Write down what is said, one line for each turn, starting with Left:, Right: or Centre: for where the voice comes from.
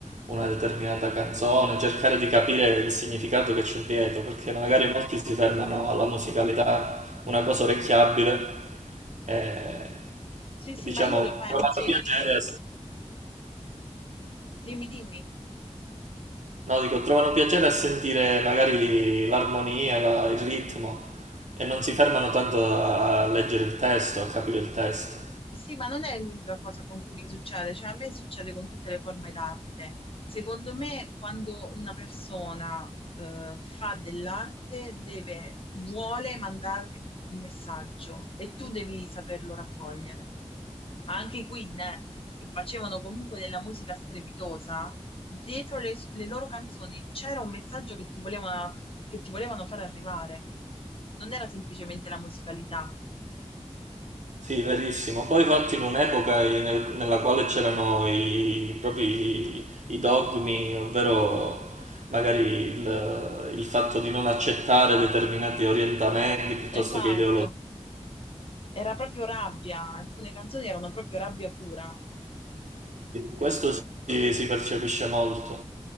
Right: una determinata canzone, cercare di capire il significato che c'è dietro, perché magari molti si fermano alla musicalità, una cosa orecchiabile, e
Left: Sì, sì,
Right: diciamo
Left: ma io lo penso
Right: trovano piacere
Left: di...
Right: a,
Left: Dimmi, dimmi.
Right: no, dico, trovano piacere a sentire magari l'armonia, la- il ritmo, e non si fermano tanto a leggere il testo, a capire il testo.
Left: Sì, ma non è l'unica cosa con cui mi succede, cioè a me succede con tutte le forme d'arte. Secondo me, quando una persona eh, fa dell'arte, deve, vuole mandarti un messaggio e tu devi saperlo raccogliere. ma anche i Queen, eh, che facevano comunque della musica strepitosa, dietro le, le loro canzoni c'era un messaggio che ti volevano, che ti volevano far arrivare. Non era semplicemente la musicalità.
Right: Sì, verissimo. Poi infatti in un'epoca in- nel- nella quale c'erano i, proprio i, i dogmi, ovvero magari il, il fatto di non accettare determinati orientamenti piuttosto
Left: Esatto,
Right: che ideologie.
Left: era proprio rabbia, alcune canzoni erano proprio rabbia pura.
Right: Questo si, si percepisce molto,